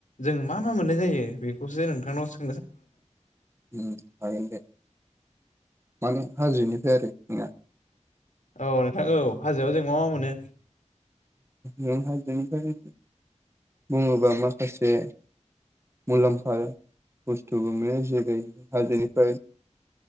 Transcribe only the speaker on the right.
हागोन दे माने हाजोनि <unintelligible>
नों हाजोनिफ्राय बुङोबा माखासे मुलाम्फा बुस्थुबो मोनो जेरै हाजोनिफ्राय